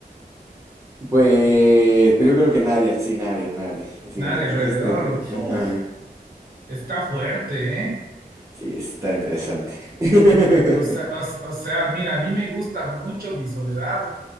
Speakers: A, on the right (about 20°); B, on the right (about 65°).
A: Pues, pues yo creo que nadie, así nadie, nadie. Así
B: Nadie
A: que que tú
B: alrededor.
A: fuiste. eh,
B: Uf,
A: Ajá.
B: está fuerte, ¿eh?
A: Sí, eso está interesante. <laughs>
B: O sea, o, o sea, mira, a mí me gusta mucho mi soledad